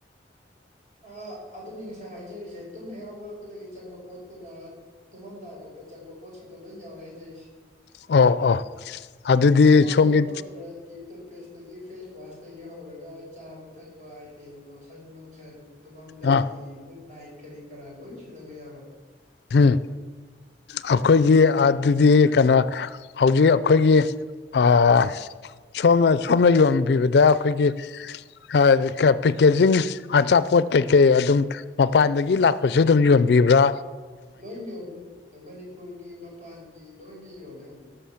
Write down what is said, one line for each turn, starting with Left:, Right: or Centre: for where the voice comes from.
Right: ꯑꯥ ꯑꯗꯨꯅꯤ ꯉꯁꯥꯏ ꯍꯥꯏꯖꯔꯤꯁꯦ ꯇꯨꯝ ꯍꯦꯛ ꯍꯧꯒꯠꯂꯛꯄꯗꯒꯤ ꯆꯪꯕ ꯄꯣꯠꯇꯨꯅ ꯇꯨꯝꯃꯝꯗꯥꯏꯐꯥꯎ ꯇ ꯆꯪꯕ ꯄꯣꯠꯁꯤꯡꯗꯣ ꯂꯣꯏ ꯌꯥꯎꯔꯦ ꯍꯥꯏꯖꯔꯤꯁꯤ
Left: ꯑꯣ ꯑꯣ ꯑꯗꯨꯗꯤ
Right: ꯇꯨꯝ ꯍꯧꯒꯠꯂꯛꯄ
Left: ꯁꯣꯝꯒꯤ
Right: ꯕ꯭ꯔꯁꯀꯤ ꯇꯨꯠꯄꯦꯁ ꯇꯒꯤ ꯐꯦꯁ ꯋꯥꯁꯇꯒꯤ ꯍꯧꯔꯒ ꯆꯥꯕ ꯊꯛꯄ ꯑꯥꯏꯇꯦꯝ ꯂꯣꯁꯟ ꯅꯨꯡꯁꯟ ꯇꯨꯝꯃꯝꯗꯥꯏꯒꯤ
Left: ꯑꯥ
Right: ꯒꯨꯠꯅꯥꯏꯠ ꯀꯔꯤ ꯀꯔꯥ ꯂꯣꯏ ꯁꯨꯅꯕ ꯌꯥꯎꯔꯦ
Left: ꯍꯝ ꯑꯩꯈꯣꯏꯒꯤ ꯑꯗꯨꯗꯤ ꯀꯩꯅꯣ ꯍꯧꯖꯤꯛ ꯑꯩꯈꯣꯏꯒꯤ ꯑꯥ ꯁꯣꯝꯅ ꯁꯣꯝꯅ ꯌꯣꯟꯕꯤꯕꯗ ꯑꯩꯈꯣꯏꯒꯤ ꯑꯥ ꯀꯥ ꯄꯦꯛꯀꯦꯖꯤꯡ ꯑꯆꯥꯄꯣꯠ ꯀꯩꯀꯩ ꯑꯗꯨꯝ ꯃꯄꯥꯟꯗꯒꯤ ꯂꯥꯛꯄꯁꯨ ꯑꯗꯨꯝ ꯌꯣꯟꯕꯤ ꯕ꯭ꯔꯥ
Right: ꯂꯣꯏ ꯌꯣꯜꯂꯦ ꯃꯅꯤꯄꯨꯔꯒꯤ ꯃꯄꯥꯟꯒꯤ ꯂꯣꯏꯅ ꯌꯣꯜꯂꯦ ꯍꯧꯖꯤꯛ